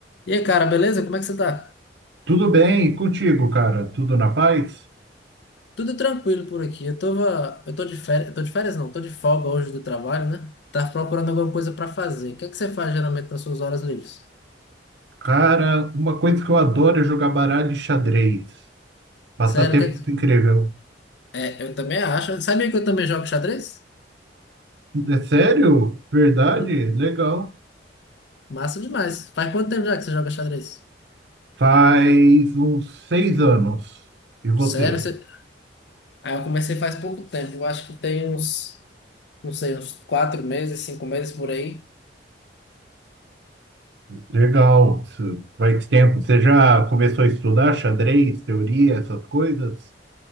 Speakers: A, on the left (about 70°); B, on the right (about 70°).
A: E aí, cara, beleza? Como é que você tá?
B: Tudo bem, e contigo, cara? Tudo na paz?
A: Tudo tranquilo por aqui. Eu tava, eu tô de férias, eu tô de férias não, tô de folga hoje do trabalho, né? Tava procurando alguma coisa pra fazer. O que é que você faz geralmente nas suas horas livres?
B: Cara, uma coisa que eu adoro é jogar baralho e xadrez. Passatempo
A: Sério, o que é que...
B: incrível.
A: É, eu também acho. Sabia que eu também jogo xadrez?
B: É sério? Verdade?
A: Hum,
B: Legal.
A: massa demais. Faz quanto tempo já que você joga xadrez?
B: Faz uns seis anos. E você?
A: Sério, você... Ah, eu comecei faz pouco tempo. Eu acho que tem uns, não sei, uns quatro meses, cinco meses por aí.
B: Legal. Isso Faz tempo. Você já começou a estudar xadrez, teoria, essas coisas?